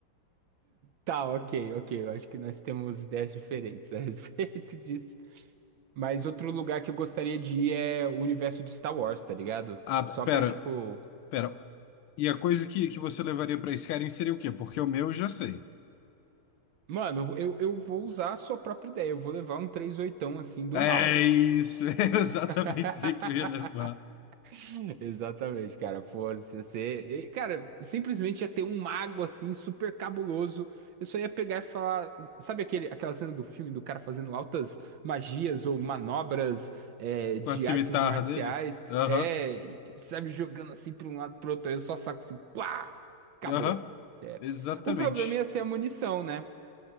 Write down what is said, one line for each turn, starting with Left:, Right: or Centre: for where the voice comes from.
Right: Tá, ok, ok. Eu acho que nós temos ideias diferentes a <laughs> respeito disso. Mas outro lugar que eu gostaria de ir é o universo de Star Wars, tá ligado?
Left: Ah,
Right: Só
Left: pera,
Right: pra, tipo.
Left: pera. E a coisa que, que você levaria pra Skyrim seria o quê? Porque o meu eu já sei.
Right: Mano, eu, eu vou usar a sua própria ideia. Eu vou levar um três oitão assim do
Left: É
Right: mal.
Left: isso, <laughs> era exatamente
Right: <laughs>
Left: isso que eu ia levar.
Right: <laughs> Exatamente, cara. Fosse ser. e, Cara, simplesmente ia ter um mago assim, super cabuloso. Eu só ia pegar e falar. Sabe aquele, aquela cena do filme do cara fazendo altas magias ou manobras é, de
Left: Com a cimitarra
Right: artes marciais?
Left: dele? Aham,
Right: É, e, sabe, jogando assim pra um lado pro outro. Aí eu só saco assim, pá! Acabou.
Left: aham,
Right: Era.
Left: exatamente.
Right: O problema ia ser a munição, né?